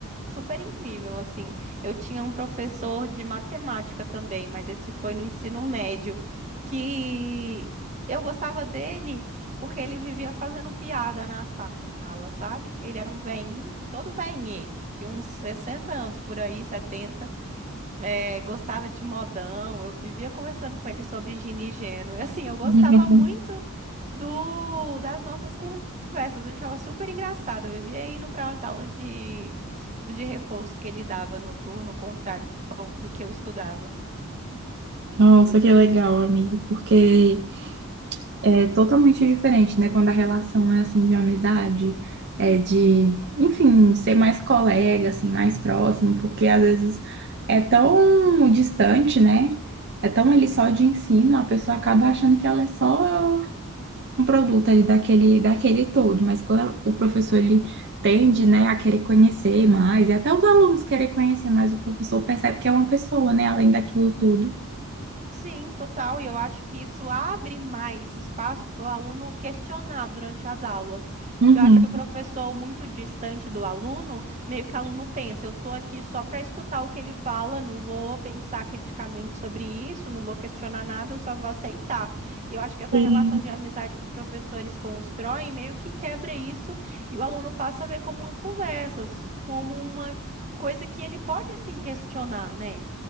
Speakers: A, on the right; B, on the right.
A: super incrível, assim. Eu tinha um professor de matemática também, mas esse foi no ensino médio, que eu gostava dele porque ele vivia fazendo piada na sala, sabe? Ele era um veinho, todo veinho ele. Tinha uns 60 anos por aí, 70 é, gostava de modão, eu vivia conversando com ele sobre Gini e Geno. E assim, eu gostava
B: <laughs>
A: muito do das nossas conversas, eu achava super engraçado. Eu vivia indo para as aulas de, de reforço que ele dava no turno contrário ao- do que eu estudava.
B: Nossa, que legal, amigo, porque é totalmente diferente, né? Quando a relação é assim de amizade, é de, enfim, ser mais colega, assim, mais próximo, porque às vezes é tão distante, né? É tão ali só de ensino, a pessoa acaba achando que ela é só um produto ali daquele, daquele todo, mas quando o professor ele tende, né, a querer conhecer mais, e até os alunos querem conhecer mais, o professor percebe que é uma pessoa, né, além daquilo tudo.
A: Sim, total. E eu acho que isso abre mais espaço para o aluno questionar durante as aulas.
B: Uhum.
A: Porque eu acho que o professor, muito distante do aluno, meio que o aluno pensa, eu estou aqui só para escutar o que ele fala, não vou pensar criticamente sobre isso, não vou questionar nada, eu só vou aceitar. E eu acho que essa
B: Sim.
A: relação de amizade que os professores constroem meio que quebra isso e o aluno passa a ver como uma conversa, como uma coisa que ele pode assim questionar, né?